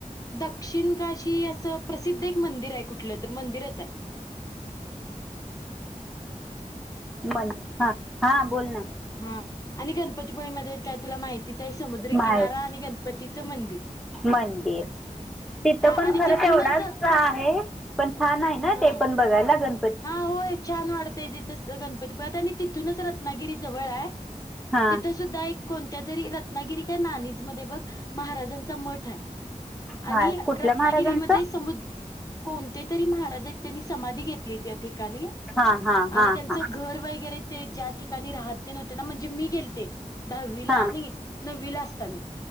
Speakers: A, on the left; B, in the centre.
A: दक्षिण काशी असं प्रसिद्ध एक मंदिराय. कुठलं तर, मंदिरचाय.
B: मन. हा, हा. बोल ना.
A: हा आणि गणपतीपूळेमध्ये काय, तुला माहितीचय. समुद्री
B: माहेर
A: किनारा आणि गणपतीचं मंदिर.
B: मंदिर. तिथं
A: हां
B: पण
A: आणि
B: खरं
A: तिथूनच
B: तेवढाच आहे. पण छान आहे ना.
A: हां
B: ते पण बघायला. गण
A: हा, होय. छान वाढतय तिथच गणपतीपात आणि तिथूनच रत्नागिरी जवळाय.
B: हा
A: तिथं सुद्धा एक कोणत्या तरी, रत्नागिरी काय नाणीजमध्ये बघ, महाराजांचा मठ हाय.
B: हा
A: आणि
B: कुठल्या
A: रत्नागिरीमध्ये
B: महाराजांचं
A: समुद कोणते तरी महाराजयत. त्यांनी समाधी घेतलीय त्यात. ठिकाणी
B: हा हा
A: आणि
B: हा
A: त्यांच
B: हा
A: घर वैगेरे ते ज्या ठिकाणी राहते ना. म्हणजे मी गेलते. दहावीला,
B: हा
A: नाही. नववीला असतानं.